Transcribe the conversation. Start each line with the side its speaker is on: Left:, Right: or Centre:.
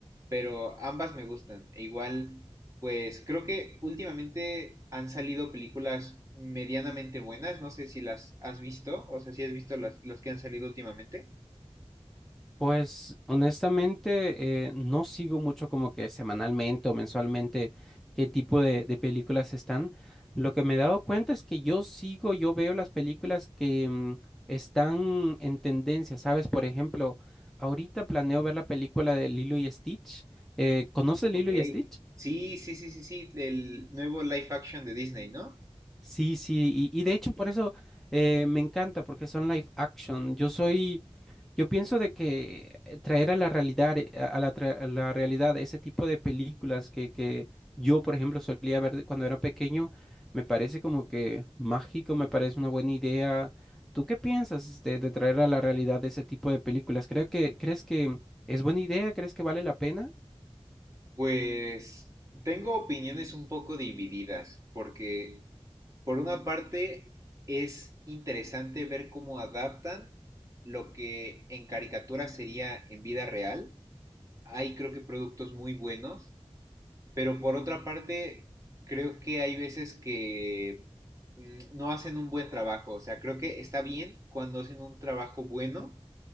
Right: Pero ambas me gustan. E igual pues creo que últimamente han salido películas medianamente buenas. No sé si las has visto, o sea, si has visto las, las que han salido últimamente.
Centre: Pues honestamente eh, no sigo mucho como que semanalmente o mensualmente qué tipo de, de películas están. Lo que me he dado cuenta es que yo sigo, yo veo las películas que mm, están en tendencia, ¿sabes? Por ejemplo, ahorita planeo ver la película de Lilo y Stitch. Eh, ¿conoces Lilo
Right: Ok.
Centre: y Stitch?
Right: Sí, sí, sí, sí, sí, el nuevo live action de Disney, ¿no?
Centre: Sí, sí, y, y de hecho por eso eh, me encanta, porque son live action. Yo soy, yo pienso de que eh, traer a la realidad, eh, a a la, tra- a la realidad ese tipo de películas que, que yo, por ejemplo, solía ver de- cuando era pequeño, me parece como que mágico, me parece una buena idea. ¿Tú qué piensas de, de traer a la realidad ese tipo de películas? ¿Creo que, crees que es buena idea? ¿Crees que vale la pena?
Right: Pues tengo opiniones un poco divididas, porque por una parte es interesante ver cómo adaptan lo que en caricatura sería en vida real. Hay creo que productos muy buenos Pero por otra parte, creo que hay veces que mm, no hacen un buen trabajo. O sea, creo que está bien cuando hacen un trabajo bueno,